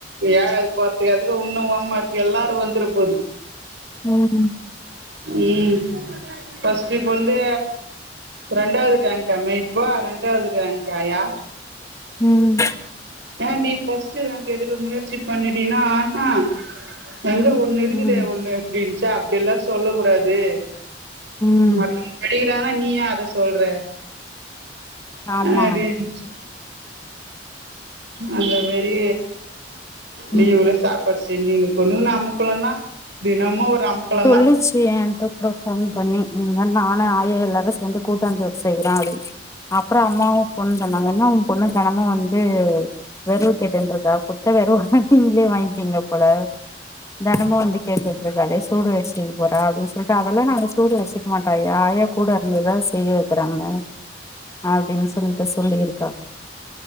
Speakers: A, on the right (about 75°); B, on the left (about 20°).
A: ஏழாது போற்துக் அதுக்கு உன்னு ஓமார்க்கு எல்லாரு வந்துர போது
B: ம் ம்
A: ம் ஃபஸ்ட்டு இப்ப வந்து ரெண்டாவது ரேங்காமே வொ ரெண்டாவது ரேங்க்காயா
B: ம்
A: ஏண்டி ஃபஸ்ட்டு ரேங்க் எடுக்க முயற்சி பண்ணுடின்னா அ ஹா எங்க ஒண்ணு இருக்குதே
B: ம்
A: ஒண்ணு அப்டின்ச்சா அப்டி எல்லா சொல்ல கூடாது
B: ம்
A: படிக்கிறாங்கனா நீ ஏ அத சொல்ற
B: ஆமா
A: அப்டின்ச்சு அந்த மாரி லீவு்ல
B: ம்
A: சாப்பாடு செஞ்சிகினு கொண்ணுகுன்னு அமக் குளோந் தா தினமு ஒரு அம்குளோந் தா
B: <unintelligible> ஏகிட்ட கூட போன் பண்ணி இந்மாரி நானு ஆயா எல்லாரு சேந்து கூட்டாஞ்சோரு செய்யறோ அப்டின் அப்புறோ அம்மாவு போன் பண்ணாங்க ன்னா உ பொண்ணு தெனமு வந்து வெறவு கேட்டுன்ருக்கா குத்த வெறவல்லா நீங்ளே வாங்பீங்க போல தெனமு வந்து கேக்கு சொல்றாளே சூடு வெச்சுகின் போற அப்டின் சொல்லிட்டு அதெல்லா நாங்க சூடு வெச்சுக்க மாட்டோ யா ஆயா கூட இருந்ததுதா செய்ய இருக்கறாங்கள அப்டின் சொல்லிட்டு சொல்லியிருக்கா